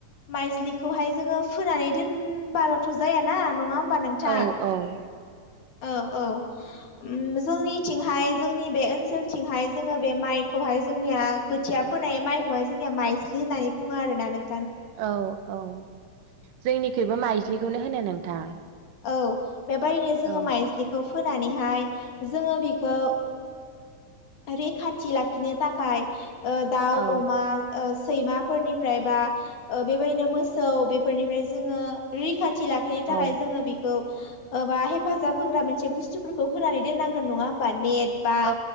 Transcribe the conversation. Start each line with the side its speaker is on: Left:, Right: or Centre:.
Left: माइस्लिखौहाय जोङो फोनानै दोनबाल'थ' जायाना नङा होम होमबा नोंथां
Right: औ औ
Left: औ औ। जोंनिथिंहाय जोंनि बे ओनसोलथिंहाय जोङो बे माइखौहाय जोंनिया खोथिया फ नाय माइखौहाय जोंनिया माइज्लि होननानै बुङो आरो ना नों।
Right: औ औ जोंनिखबो माइज्लिखौनो होनो नोंथां।
Left: औ बेबायदिनो जोङो
Right: औ
Left: माइज्लिखौ। फोनानैहाय जोङो बेखौ रैखाथि लाखिनो थाखाय दाउ
Right: औ
Left: अमा। सैमाफोरनिफ्राय बा बेबायदिनो मोसौ बेफोरनिफ्राय जोङो रैखाथि लाखिनो थाखाय।
Right: औ
Left: खौ हेफाजाब होग्रा मोनसे बुस्थुफोरखौ होनानै दोननांगोन नङा होमबा नेट। बा
Right: औ